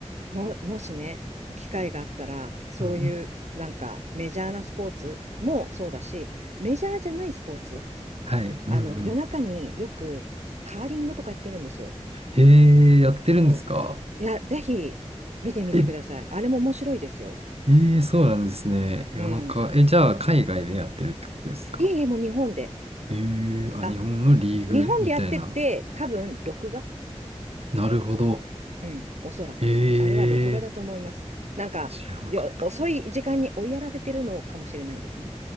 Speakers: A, on the right (about 75°); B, on the right (about 60°).
A: も、もしね、機会があったら、そういうなんかメジャーなスポーツもそうだし、
B: うん。
A: メジャーじゃないスポーツ、
B: はい。うんうん。
A: あの、夜中によくカーリングとかやってるんですよ。
B: へえ、やってるんですか
A: そう。いや、ぜひ見てみてください。
B: え、
A: あれも面白いですよ。
B: ええ、そうなんですね。夜中。
A: うん。
B: え、じゃあ、海外でやってるってことですか
A: いえいえ、もう日本で。
B: ええ、あ、
A: あ、
B: 日本のリーグみたいな。
A: 日本でやってて、多分録画
B: なるほど。
A: うん、おそらく。
B: え
A: あれは録画だと思います。
B: え、
A: なんか、
B: 知らなかった。
A: よ、遅い時間に追いやられてるのかもしれないですね。